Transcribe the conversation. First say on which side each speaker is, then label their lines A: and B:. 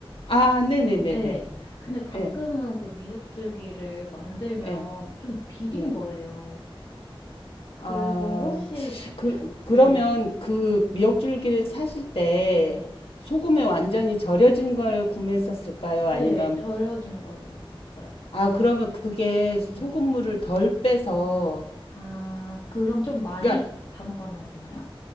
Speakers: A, on the left; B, on the left.
A: 아, 네, 네, 네,
B: 네,
A: 네.
B: 근데 가끔은
A: 예.
B: 그 미역줄기를 만들면
A: 예.
B: 좀 비린
A: 네.
B: 거예요. 그래서
A: 아,
B: 혹시,
A: 그, 그러면
B: 네,
A: 그 미역줄기를 사실 때
B: 네.
A: 소금에 완전히 절여진 걸 구매했었을까요?
B: 네,
A: 아니면,
B: 절여진 걸로 샀어요.
A: 아, 그러면 그게 소금물을
B: 네.
A: 덜 빼서,
B: 아, 그럼 좀 많이
A: 그러니까,
B: 담가 놔야 되나요?